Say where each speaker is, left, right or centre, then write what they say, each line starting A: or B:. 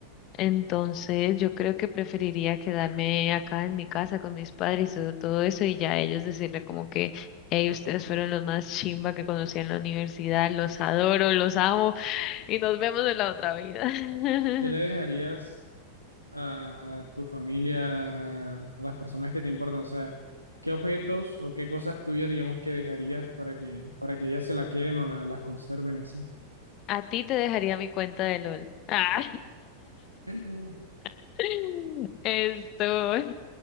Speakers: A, on the left; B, on the left.
A: Entonces, yo creo que preferiría quedarme acá en mi casa con mis padres y todo eso y ya ellos decirle como que, hey, ustedes fueron los más chimba que conocí en la universidad, los adoro, los amo y nos vemos en la otra vida. <laughs>
B: ¿Qué le dejarías a, a tu familia, a las personas que te importan? O sea, ¿qué objetos o qué cosas tuyas, digamos, que dejarías para que, para que ellas se la queden o la- las conserven así?
A: A ti te dejaría mi cuenta de LOL. Ah.
B: <laughs>
A: <laughs> Esto. <laughs>